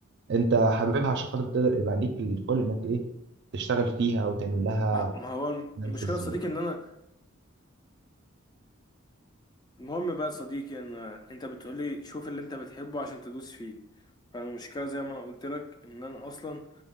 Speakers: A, on the right; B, on the left.
A: أنت حاببها عشان خاطر تقدر يبقى ليك الخلق إنك إيه تشتغل فيها وتعمل لها
B: ما ما هو
A: أناليسيز
B: المشكله يا صديقي ان انا المهم بقى يا صديقي ان انت بتقولي شوف اللي انت بتحبه عشان تدوس فيه فالمشكله زي ما انا قلت لك ان انا اصلا